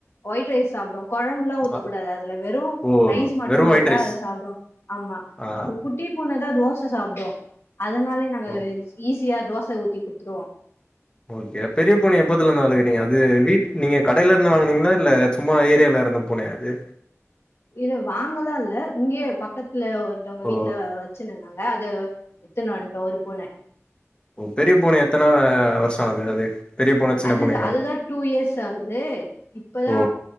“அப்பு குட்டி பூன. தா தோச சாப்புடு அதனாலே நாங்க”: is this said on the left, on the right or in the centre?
Left